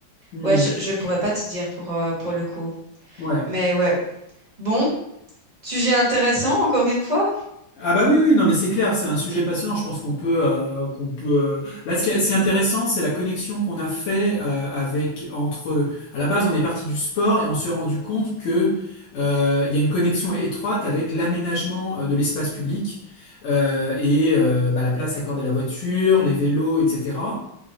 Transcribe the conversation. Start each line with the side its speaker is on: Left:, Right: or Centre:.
Left: hmm,
Right: ouais, je, je pourrais pas te dire pour euh, pour le coup.
Left: ouais.
Right: Mais ouais. Bon, sujet intéressant encore une fois.
Left: Ah bah oui, oui, non mais c'est clair, c'est un sujet passionnant. Je pense qu'on peut, euh, qu'on peut. euh, Là, ce qui est ce qui est intéressant, c'est la connexion qu'on a fait euh, avec entre. À la base, on est parti du sport et on s'est rendu compte que euh, il y a une connexion étroite avec l'aménagement euh, de l'espace public euh, et euh, bah, la place accordée à la voiture, les vélos, etc.